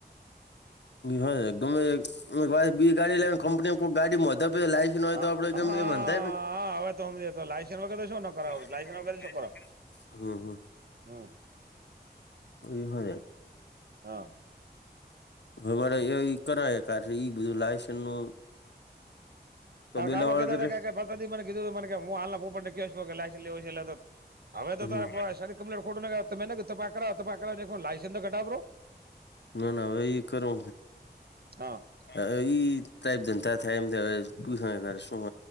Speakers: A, on the left; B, on the right.
A: હ ગમે બી ગાડી લેને કંપની કોઈક ગાડી <unintelligible> લાયસ ન હો
B: હા
A: તો આપડે ગમ
B: હા
A: એંધ.
B: હવે તો સમજે તો લાયસન્સ વગર તો શું ન કરાવ
A: <inaudible>
B: લાયસન્સ વગર શું કરાવ
A: હમ.
B: હમ.
A: એ હો.
B: હા.
A: હવે મારે એ કરાવ કાર છે ઈ બધું લાયસન્ નું. તબેલા
B: તારા કાકા
A: વાળા
B: કેતા
A: કરે
B: હતા ભસા મને કીધું મ હું હાલનાપને કે છ લાઈસન લવું છે એ તો. હવે
A: હમ.
B: તો ત ક્પલેટ ખોટું તમેને પા કર પાક લાયસ ઘટા.
A: ના ના હવે એ કરો.
B: હા
A: હ ટ જનતા થાય એમ હવે પૂછ શું